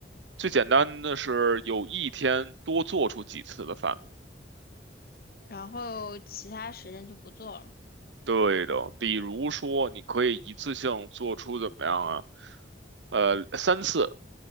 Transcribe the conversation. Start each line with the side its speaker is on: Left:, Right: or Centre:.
Right: 最简单的是有一天多做出几次的饭。
Left: 然后其他时间就不做了。
Right: 对的，比如说你可以一次性做出怎么样啊？呃，三次